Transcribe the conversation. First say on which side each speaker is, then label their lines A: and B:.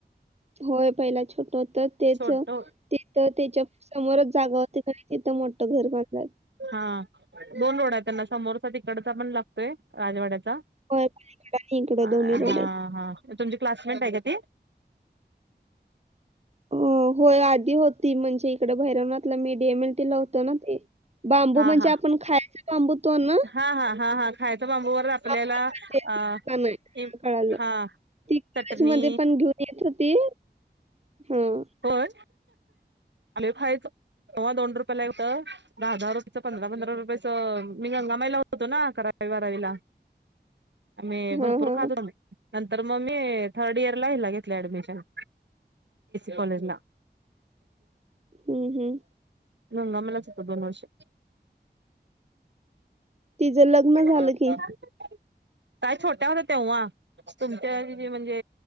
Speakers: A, on the right (about 35°); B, on the right (about 85°).
A: होय पहिला छोट होतं तेच
B: छोट
A: तिथं त्याच्या पू स समोरच जागा होती काही तिथं मोठं घर बांधला.
B: हा दोन रोड आहेत त्यांना समोरचा तकडचा पण लागतोय राजवाड्याचा.
A: हो तिकडं आणि इकडं
B: हा
A: दोन्ही रोड आहेत.
B: हा तुमची क्लासमेट आहे का ती.
A: अ होय आधी होती म्हणजे इकडे भैरवणातला मीडियम एलटी होतो ना ती. बांबू
B: हा
A: म्हणजे
B: हा
A: आपण खायचा बांबू तो ना.
B: हा हा हा हा खायचा बांबूवर आपल्याला
A: हा, ते दुकान
B: अ.
A: आहे हा,
B: एम
A: कळालं
B: हा
A: ती कॉलेजमध्ये
B: चटणी.
A: येत होती. हाम.
B: होय लय खायचं तेव्हा दोन रुपय ला होत. दहा दहा रुपयाच पंधरा पंधरा रुपयेच मी गंगामाईला होतो ना अकरा बाराविला.
A: <inaudible>
B: आम्ही
A: हा
B: भरपूर
A: हा
B: खातो बाई नंतर मग मी थर्ड इयर ला हला घेतले ऍडमिशन. कॉलेजला.
A: हम्म हम्म.
B: गंगामाईलाच होतो दोन वर्ष.
A: तिचं लग्न झालं
B: काय
A: की
B: छोट्या होत तेव्हा. तुमच्या जे म्हणजे